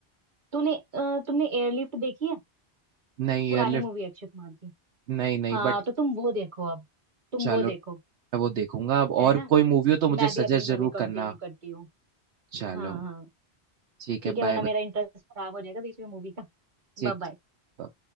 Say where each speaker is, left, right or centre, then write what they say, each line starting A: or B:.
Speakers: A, on the right; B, on the right.
A: तूने अ, तुमने एयरलिफ्ट देखी है
B: नहीं
A: पुरानी
B: एयरलिफ्ट
A: मूवी है अक्षय कुमार की
B: नहीं नहीं
A: हाँ
B: बट
A: तो तुम वो देखो अब तुम
B: चलो
A: वो देखो
B: मैं वो देखूंगा अब
A: है
B: और
A: ना
B: कोई मूवी हो तो मुझे
A: मैं
B: सजेस्ट
A: भी अपनी
B: जरूर
A: मूवी कंटिन्यू
B: करना
A: करती हूँ
B: चलो
A: हाँ हाँ
B: ठीक
A: ठीक
B: है
A: है
B: बाय
A: वरना
B: बाय
A: मेरा इंटरेस्ट खराब हो जाएगा बीच में मूवी का
B: ठीक
A: <laughs> Bye bye.
B: था